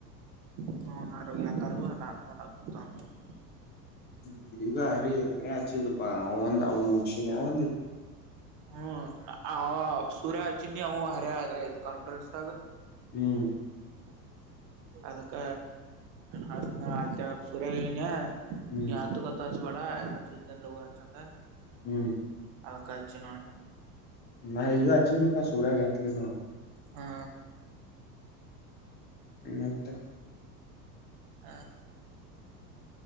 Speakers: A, on the right; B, on the left.
A: ನೋಗ ಕಾರ ನೋತ <unintelligible>
B: ಹ್ಮ್ ಈಗ ಅರಿ ಅರಿ ಆಚಿಲ್ಲಪ್ಪಾ ಅವ ಒಂದ್ ಅವ್ನ್ ಮುಗಶಿನಿ ಅವಂದಿಲ್ಲ
A: ಹ್ಮ್ ಅವ ಸೂರ್ಯ ಅಚ್ಚಿನ ಅವು ಹರ ಆದ್ರ ಇದ್ ಕಾನ್ಫಿಡೆನ್ಸ್
B: ಹ್ಮ್
A: ಅದಕ್ಕ ಹ ಅಲ್ಚ ಸುರನ್
B: ಹ್ಮ್
A: ನೀ ಹತ ಹ ಬಡಾ ಯ ಚ ಲಗು ಹಚ್ಚ ಅಂದ <unintelligible>
B: ಹ್ಮ್
A: ಅದಕ್ಕ ಹಚ್ಚಿನ್ ನೋಡ್
B: ನಗ ಅಚ್ಚನು ಪಾಸುರಾ ತ್ಲಿ ನ <inaudible>
A: ಹಾ
B: ಮತ್ತ <inaudible>
A: ಹಾ